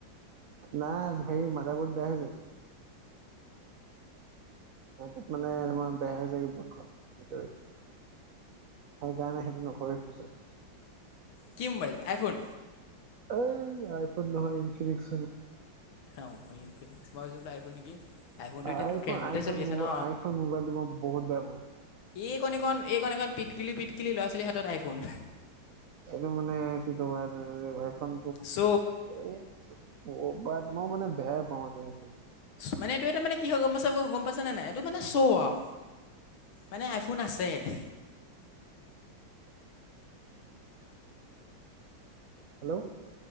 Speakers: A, on the right; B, on the left.
A: নাই সেই মাদাৰ বত বেয়া হৈ যাব। মানেমাৰ বেয়া হৈ যায়গে বটখন। ৰি <unintelligible> সেইকাৰণে সেইটো নকৰে ফিছত।
B: কি মোবাইল, আইফোন?
A: এই আইফোন নহয়, ইনফিনিক্স
B: উ' ইনফিনিক্স, মই ভাবিছো আইফোন নেকি। আইফোনটো এতিয়া
A: আইফোন
B: তোৰ ট্ৰেণ্ডতে
A: আইফোন,
B: চলি আছে
A: ম,
B: ন
A: আইফোন মোবাইলটো মই বহুত বেয়া পাওঁ।
B: এই কণীকন, এই কণীকণ, পিটকিলি পিটকিলি ল'ৰা ছোৱালীৰ হাতত আইফোন।
A: এইটো মানে কি কবা, <inaudible> আইফোন
B: চ'
A: এই অ' <unintelligible> বাত মই মানে বেয়াই পাওঁ ত
B: মানে এইটো এটা মানে কি হয়, গম চাব গম পাইছে নে নাই, এইটো মানে চৌ' আও মানে, আইফোন আছে। <inaudible>
A: হেল্ল'।